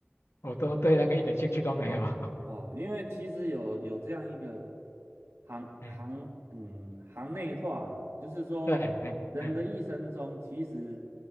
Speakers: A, on the left; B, on the right.
A: 我都对那个一点兴趣都没有，<laughs>
B: 哦，因为其实有有这样一个行行嗯行内话啦，
A: 嗯，
B: 就是说人的一生中其实
A: 对，嗯嗯